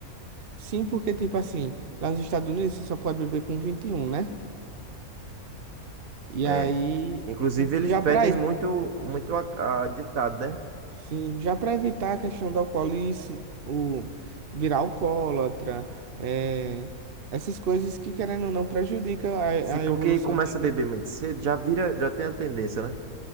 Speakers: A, on the right; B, on the right.
A: Sim, porque, tipo assim, lá nos Estados Unidos você só pode beber com vinte e um né? E
B: É.
A: aí,
B: Inclusive,
A: por-
B: eles
A: já
B: pedem
A: para
B: muito, muito a, a ditado, né?
A: sim, já para evitar a questão do alcoolice, o virar alcoólatra, eh, essas coisas que, querendo ou não, prejudica a,
B: Se
A: a
B: porque
A: evolução
B: começa
A: de um
B: a beber muito cedo, já vira, já tem a tendência, né?